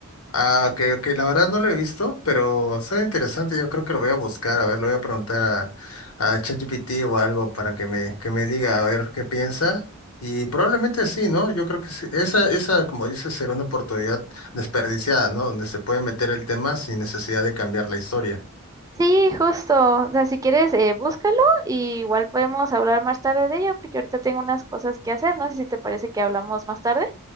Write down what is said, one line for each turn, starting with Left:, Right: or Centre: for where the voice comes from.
Left: Ah, ok, ok, la verdad no lo he visto, pero suena interesante, yo creo que lo voy a buscar, a ver, lo voy a preguntar a, a ChatGPT o algo para que me, que me diga a ver qué piensa. Y probablemente sí, ¿no? Yo creo que sí. Esa, esa, como dices, será una oportunidad desperdiciada, ¿no? Donde se puede meter el tema sin necesidad de cambiar la historia.
Right: Sí, justo. O sea, si quieres, eh, búscalo y igual podemos hablar más tarde de ello, porque ahorita tengo unas cosas que hacer. No sé si te parece que hablamos más tarde.